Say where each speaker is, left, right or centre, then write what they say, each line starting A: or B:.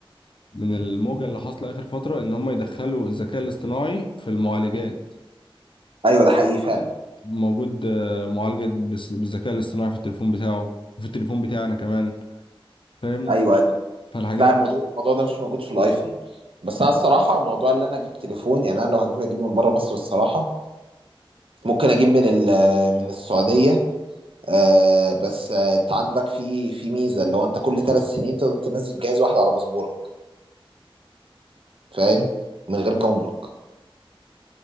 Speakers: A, on the left; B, on the right.
A: من الموجة اللي حاصلة آخر فترة إن هم يدخلوا الذكاء الاصطناعي في المعالجات
B: ايوه ده حقيقي فعلا
A: موجود آه، معالجة بس- بالذكاء الاصطناعي في التليفون بتاعه وفي التليفون بتاعي أنا كمان فاهم
B: ايوه ايوه
A: فالحاجات
B: لا
A: دي
B: الموضوع الموضوع ده مش موجود في الايفون بس انا الصراحه موضوع اللي انا اجيب تليفون يعني انا لو هجيب اجيب من بره مصر الصراحه ممكن اجيب من ال- من السعوديه آه بس آه، انت عندك في في ميزه اللي هو انت كل ثلاث سنين تقدر تنزل جهاز واحد على باسبورك فاهم من غير جمرك